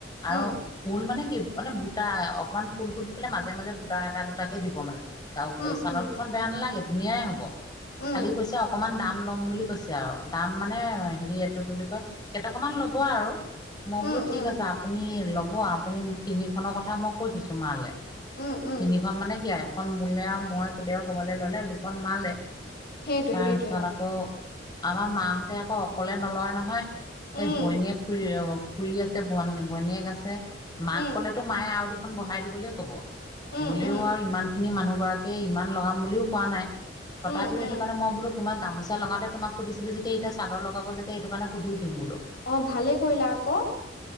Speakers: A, on the left; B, on the left.
A: আৰু
B: উম
A: ফুল মানে কি মানে বুটা অকমান ফুলটো দি পেলাই মাজে মাজে বুটা এটা দুটাকে দিব মানে। চাদৰ
B: উম উম
A: দুখন বেয়া নালাগে ধুনীয়াই হব
B: উম
A: খালি কৈছে অকমান দাম লম বুলি কৈছে আৰু দাম মানে হেৰি এইটো কি বুলি কয় কেইটকামান ল'ব আৰু। মই
B: উম
A: বোলো ঠিক
B: উম
A: আছে, আপুনি ল'ব আপুনি তিনিখনৰ কথা মই কৈ থৈছো মালে।
B: উম উম
A: তিনিখন মানে কি এখন মোলে আৰু মই কেতিয়াবা কবালৈ ললে দুখন মালে।
B: সেইটোৱে
A: তাৰপিছত
B: সেইটোৱে অ
A: আকৌ আমাৰ মাহতে আকৌ অকলে নলয় নহয়
B: উম
A: এই ভনীয়েক খুৰী আছে বন ভনীয়েক আছে মাক
B: উম
A: কলেতো মায়ে আৰু দুখন বঢ়হাই দিবলৈ ক'ব।
B: উম
A: বলেও
B: উম
A: আৰু ইমান খিনি মানুহ গৰাকীয়ে ইমান লগাম বুলিও কোৱা নাই। তথাপিও
B: উম
A: সেইটো
B: উম
A: কাৰণে মই বোলো তোমাৰ গামোচা লগাওঁতে তোমাক সুধিছিলো যেতিয়া এতিয়া চাদৰ লগাব যেতিয়া এইটো কাৰণে সুধিও দিও বোলো।
B: অ ভালে কৰিলা আকৌ